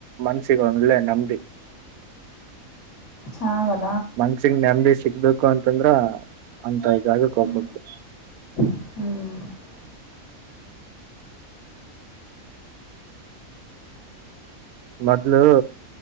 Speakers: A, on the right; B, on the left.
A: ಮನ್ಸಿಗೆ ವಳೆ ನೆಮ್ಮದಿಯ
B: ಚೆನ್ನಾಗ್ ಐತ
A: ಮನ್ಸಿಗ್ ನೆಮ್ಮದಿ ಸಿಗ್ಬೇಕು ಅಂತಂದ್ರ ಅಂತ ಜಾಗಕ್
B: ಹ್ಮ್
A: ಹೋಗ್ಬೇಕು
B: ಹ್ಮ್
A: ಮೊದ್ಲು